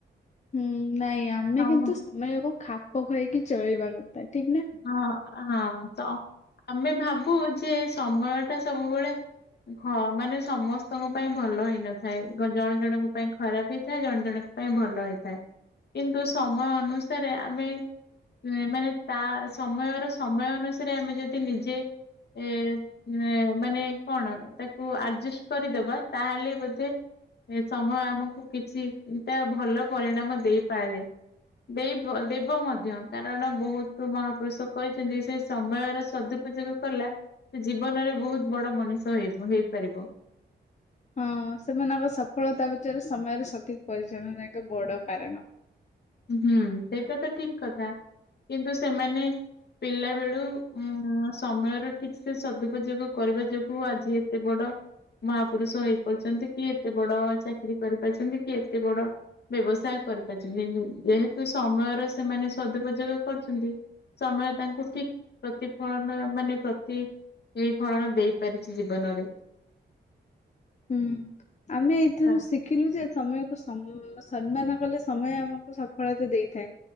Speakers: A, on the left; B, on the left.
A: ହୁଁ ନାଇଁ ଆମେ
B: ସମ
A: କିନ୍ତୁ ସମୟକୁ ଖାପ ଖୋଆଇକି ଚଳେଇବା କଥା। ଠିକ୍ ନା?
B: ହଁ ଆ ଆ ହଁ ତ ଆମେ ଭାବୁ ଯେ ସମୟ ଟା ସବୁବେଳେ ଉଁଖ ମାନେ ସମସ୍ତଙ୍କ ପାଇଁ ଭଲ ହେଇନଥାଏ ଗ ଜଣେ ଜଣଙ୍କ ପାଇଁ ଖରାପେ ହେଇଥାଏ। ଜଣେ ଜଣକୁ ପାଇଁ ଭଲ ହେଇଥାଏ କିନ୍ତୁ ସମୟ ଅନୁସାରେ ଆମେ ଏଁ ମାନେ ତା ସମୟର ସମୟ ଅନୁସାରେ ଆମେ ଯଦି ନିଜେ ଏ ନେଁଏ ମାନେ କଣ ତାକୁ ଆଜେଷ୍ କରିଦବା ତାହେଲେ ବୋଧେ ଏ ସମୟ ଆମକୁ କିଛି ଉଁ ଟା ଭଲ ପରିଣାମ ଦେଇପାରେ। ଦେଇ ବ ଆର ଦେବ ମଧ୍ୟ କାରଣ ବହୁତ୍ କୋଉ ମହାପୁରୁଷ କହିଛନ୍ତି। ସେ ସମୟର ସଦୁପଯୋଗ କଲା। ସେ ଜୀବନରେ ବହୁତ୍ ବଡ଼ ମଣିଷ ଏବ ହେଇପାରିବ।
A: ହଁ ସେମାନଙ୍କ ସଫଳତା ବିଚରେ ସମୟରେ ସଠିକ୍ ପରିଚାଳନା ଏକ ବଡ଼ କାରଣ।
B: ଉଁ ହୁଁ ସେଇଟା ତ ଠିକ୍ କଥା କିନ୍ତୁ ସେମାନେ ପିଲା ବେଳୁ ଉଁ ଆଁ ସମୟର ଠିକ୍ ସେ ସଦୁପଯୋଗ କରିବା ଯୋଗୁ ଆଜି ଏତେ ବଡ଼ ମହାପୁରୁଷ ହେଇପରିଛନ୍ତି କି ଏତେ ବଡ଼ ଚାକିରୀ କରିପାରୁଛନ୍ତି କି ଏତେ ବଡ଼ ବ୍ୟବସାୟ କରିପାରିଛନ୍ତି ନେନୁ ଯେହେତୁ ସମୟର ସେମାନେ ସଦୁପଯୋଗ କରୁଛନ୍ତି। ସମୟ ତାଙ୍କୁ ଠିକ୍ ପ୍ରତିଫଳନ ମାନେ ପ୍ରତି ଏଇ ଫଳନ ଦେଇପାରିଛି ଜୀବନରେ।
A: ହୁଁ ଆମେ ଏଇଥିରୁ
B: ତା-
A: ଶିଖିଲୁ ଯେ ସମୟକୁ ସମ୍ଉଁ ସମ୍ମାନ କଲେ ସମୟ ଆମକୁ ସଫଳତା ଦେଇଥାଏ।